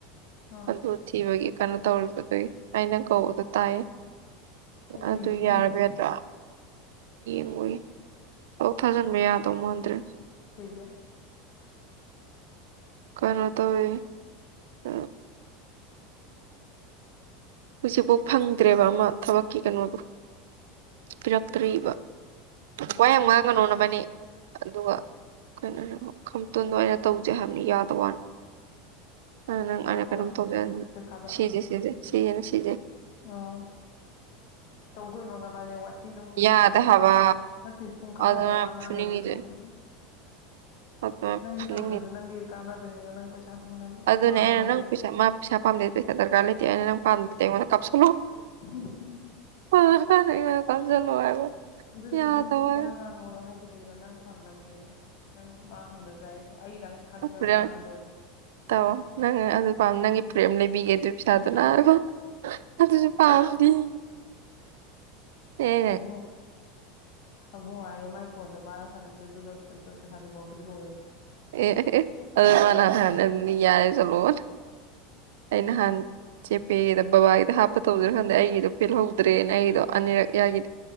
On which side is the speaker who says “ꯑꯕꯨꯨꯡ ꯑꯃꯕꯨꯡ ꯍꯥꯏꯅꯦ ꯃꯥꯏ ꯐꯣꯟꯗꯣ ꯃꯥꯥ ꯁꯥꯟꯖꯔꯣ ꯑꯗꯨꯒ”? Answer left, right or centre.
Left